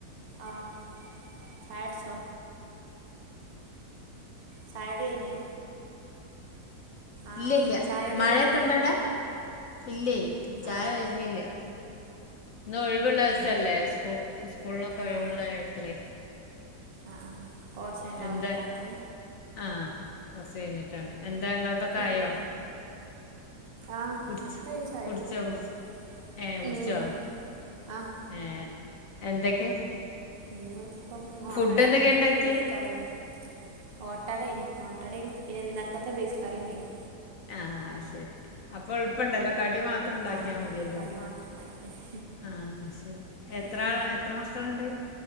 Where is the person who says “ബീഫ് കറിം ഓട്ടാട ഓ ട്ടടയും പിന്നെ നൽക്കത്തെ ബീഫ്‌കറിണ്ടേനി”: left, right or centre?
Right